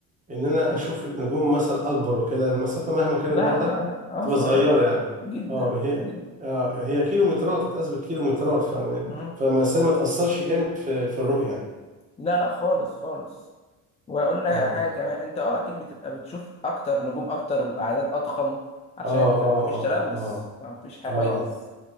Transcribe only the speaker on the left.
مم.
لا
لا لا اه
صغير
جدا
جدا
مم.
لا لا خالص خالص واقول لك
على حاجه كمان انت اه اكيد بتبقى بتشوف اكتر نجوم اكتر واعداد اضخم عشان
انت
مفيش
تلوث
مفيش حواجز